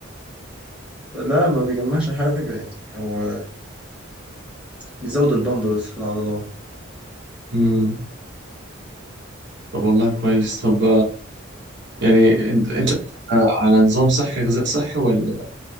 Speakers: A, in the centre; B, on the right (about 60°).
A: لا ما بيجمعش حاجة يعني هو بيزود البامب بس في العضلات
B: امم طب والله كويس طب يعني انت انت ماشي على على نظام صحي غذاء صحي ولا